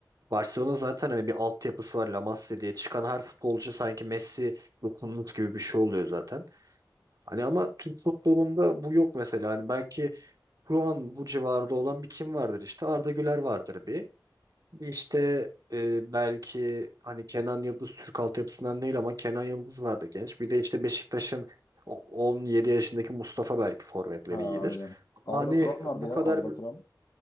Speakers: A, on the right; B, on the left.
A: Barcelona zaten hani bir altyapısı var La Masia diye çıkan her futbolcu sanki Messi dokunmuş gibi bir şey oluyor zaten. Hani ama Türk futbolunda bu yok mesela. Hani belki şu an bu civarda olan bir kim vardır işte Arda Güler vardır bir. Bir işte e, belki hani Kenan Yıldız Türk altyapısından değil ama Kenan Yıldız vardı genç. Bir de işte Beşiktaş'ın o- 17 yaşındaki Mustafa belki forvetleri
B: Ha
A: iyidir.
B: aynen.
A: Ama
B: Arda
A: Hani
B: Turan vardı
A: bu
B: ya.
A: kadar
B: Arda Turan.